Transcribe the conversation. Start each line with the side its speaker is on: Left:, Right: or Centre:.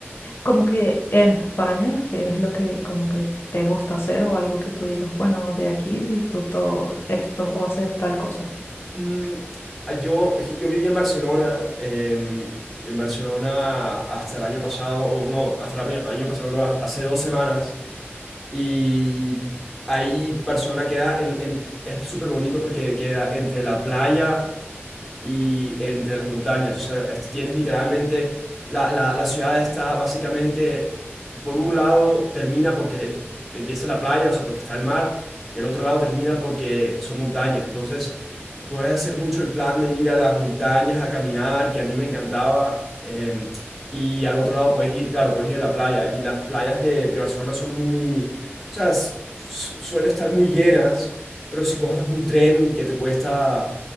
Left: como que en España, ¿qué es lo que como que te gusta hacer o algo que tú digas, bueno, de aquí disfruto esto o hacer tal cosa?
Centre: Mm, ah, yo, yo viví en Barcelona, em, en Barcelona hasta el año pasado, o no, hasta el año año pasado, no, ha- hace dos semanas. Y ahí Barcelona queda, en- en- es súper bonito porque queda entre la playa y entre las montañas. O sea, tienes literalmente, la, la- la ciudad está básicamente, por un lado termina porque empieza la playa, o sea, porque está el mar, y el otro lado termina porque son montañas. Entonces, puedes hacer mucho el plan de ir a las montañas a caminar, que a mí me encantaba. em, y al otro lado puedes ir, claro, puedes ir a la playa. Y las playas de, de Barcelona son muy, o sea, s- suelen estar muy llenas, pero si coges un tren que te cuesta